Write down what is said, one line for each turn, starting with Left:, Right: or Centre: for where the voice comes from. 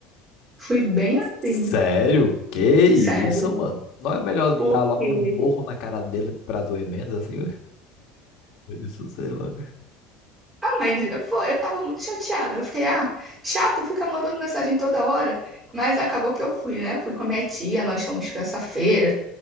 Right: Fui bem assim.
Left: Sério? Que isso,
Right: Sério,
Left: mano? Não é melhor
Right: porque.
Left: dar logo um morro na cara dele pra doer menos, assim? <laughs> Isso, sei lá.
Right: Ah, mas pô, eu tava muito chateada. Eu fiquei, ah, chato, fica mandando mensagem toda hora. Mas acabou que eu fui, né? Fui com a minha tia, nós fomos pra essa feira